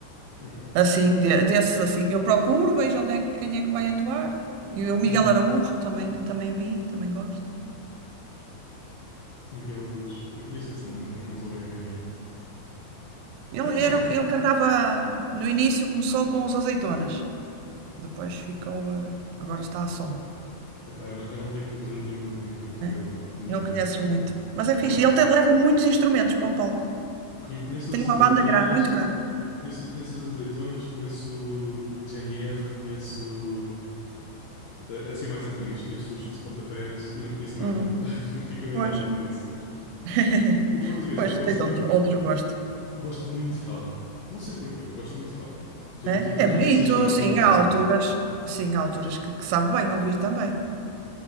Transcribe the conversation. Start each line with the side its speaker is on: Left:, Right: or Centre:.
Left: Ok.
Right: Assim, de- desses assim, eu procuro, vejo onde é, que- quem é que vai atuar. E o Miguel
Left: Uhum.
Right: Araújo também, também vi, também gosto.
Left: Miguel Araújo. Eu conheço esse nome, mas não não estou bem a ver quem é.
Right: Ele,
Left: <coughs>
Right: era, ele cantava, no início começou com os Azeitonas, depois ficou, eh, agora está a solo,
Left: Epá, eu não, eu não tenho cultura nenhuma de música portuguesa,
Right: né?
Left: pá. Nenhuma.
Right: Não conheces muito, mas é fixe.
Left: Epá,
Right: Ele tem- leva muitos instrumentos para o palco.
Left: conhe- conheço
Right: Tem
Left: as
Right: uma
Left: azeitonas,
Right: banda grande, muito grande.
Left: conheço, conheço as azeitonas, conheço GNR, conheço eh, assim mais antigas, conheço os chutes e pontapés e não conheço mais
Right: Hum.
Left: nada. <laughs> Fica muito
Right: Pois.
Left: à volta disso.
Right: <laughs>
Left: Po- Portuguesa,
Right: Pois,
Left: gosto
Right: tens outro,
Left: muito,
Right: outro gosto,
Left: gosto muito de fado. Não sei porquê, gosto muito de fado. Tudo,
Right: né?
Left: tudo,
Right: É
Left: tudo
Right: bonito,
Left: o que seja fado
Right: sim,
Left: eu gosto
Right: há alturas,
Left: muito.
Right: sim, há alturas que, que sabe bem ouvir também.